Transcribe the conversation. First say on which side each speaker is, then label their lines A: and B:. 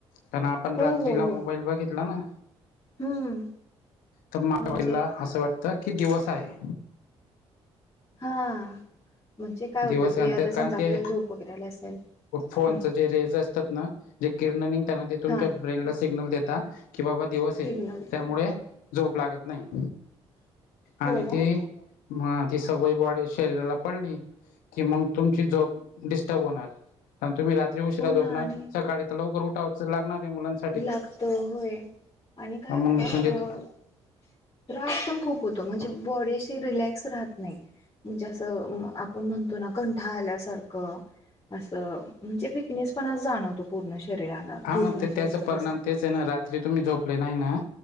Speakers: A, on the left; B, on the left.
A: कारण आपण
B: हो
A: रात्रीला
B: हो हो
A: मोबाईल बघितला ना
B: हम्म
A: तर मांईडला
B: म्हणजे
A: <unintelligible> असं वाटत कि दिवस आहे.
B: हा. म्हणजे काय होतं
A: दिवस
B: ते
A: अंत
B: आता समजा
A: कां
B: आपल्याला
A: ते
B: झोप वगैरे आला असेल
A: फोन
B: हम्म
A: जे रेज असतात ना जे किरण निघताना ते तुमच्या
B: हा
A: ब्रेनला सिग्नल देता की बाबा दिवस आहे
B: सिग्नल
A: त्यामुळे झोप लागत नाही.
B: हो
A: आणि
B: ना
A: ती मग ती सवय बॉडी शरीराला पडली की मग तुमची झोप डिस्टर्ब होणार कार तुम्ही रात्री उशिरा
B: हो
A: झोपणार
B: ना आणि
A: सकाळी ते लवकर उठावत लागणार मुलांच
B: लागत होय आणि काय
A: मग
B: होत अ
A: म्हणजे
B: त्रास पण खूप होतो म्हणजे बॉडी अशी रिलॅक्स राहत नाही. म्हणजे असं अ आपण म्हणतो ना कंठाळ आल्यासारखं असं म्हणजे विकनेस पणा जाणवतो पूर्ण शरीराला
A: हा
B: झोप
A: मग
B: नसेल
A: ते त्याचा
B: तर
A: परिणाम
B: असं.
A: तेच आहे ना रात्री तुम्ही झोपले नाही ना